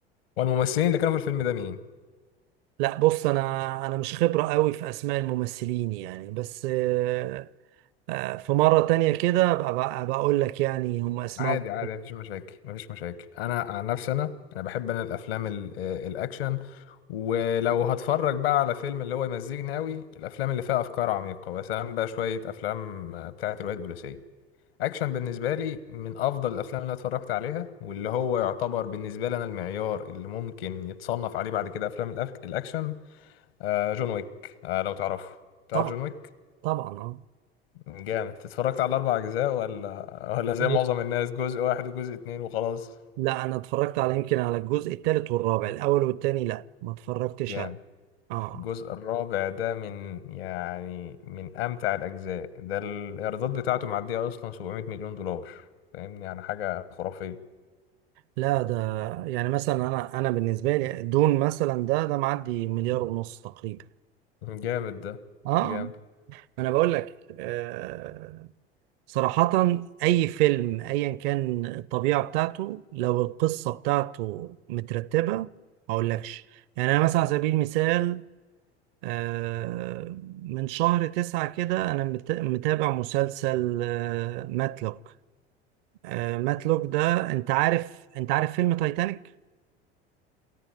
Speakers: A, on the left; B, on the right.
A: والممثلين اللي كانوا في الفيلم ده مين
B: لا بص انا انا مش خبرة قوي في اسماء الممثلين يعني بس آه، آه، في مرة تانية كده بقى بقول لك يعني هم اسمائهم
A: عادي عادي مفيش مشاكل مفيش مشاكل انا عن نفسي انا انا بحب انا الافلام ال- آه، الاكشن ولو هتفرج بقى على فيلم اللي هو يمزجني قوي الافلام اللي فيها افكار عميقه مثلا بقى شويه افلام آه، بتاعه روايات بوليسيه اكشن بالنسبه لي من افضل الافلام اللي أنا اتفرجت عليها واللي هو يعتبر بالنسبه لي انا المعيار اللي ممكن يتصنف عليه بعد كده افلام الأك- الاكشن آه، جون ويك آه، لو تعرفه تعرف
B: طبعا
A: جون ويك
B: طبعا
A: جامد اتفرجت على الاربع اجزاء ولا ولا زي
B: اه
A: معظم الناس جزء واحد وجزء اتنين وخلاص
B: لا انا اتفرجت على يمكن على الجزء الثالث والرابع الاول والثاني لا ما اتفرجتش
A: جامد
B: عليه اه
A: الجزء الرابع ده من يعني من امتع الاجزاء ده الايرادات بتاعته معديه اصلا 700 مليون دولار فاهمني يعني حاجه خرافيه
B: لا ده يعني مثلا انا انا بالنسبه لي دون مثلا ده ده معدي مليار ونص تقريبا
A: جامد ده
B: اه
A: جامد
B: انا بقول لك آه صراحه اي فيلم ايا كان الطبيعه بتاعته لو القصه بتاعته مترتبه ما اقولكش يعني انا مثلا على سبيل المثال آه من شهر تسعة كده أنا مت- متابع مسلسل آه، ماتلوك آه، مات لوك ده انت عارف انت عارف فيلم تايتانيك